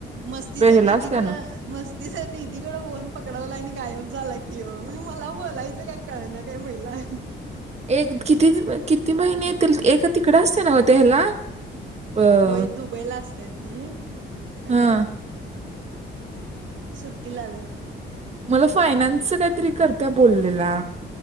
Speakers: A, on the right (about 75°); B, on the right (about 35°).
A: मस्तीचा
B: ह्याला
A: दिदीकड
B: असताना
A: मस्तीचा दिदीकड फोन पकडवला आणि गायब झाला कि हो म मला बोलायचं काय कळ ना काय महिला
B: एक किती किती महिने येतील ए तिकड असते नाव त्या ह्याला अ
A: होय दुबईला असत्यात ये हॅलो..
B: हा
A: सुट्टी लाल्या
B: मला फायनान्स री करता बोललेला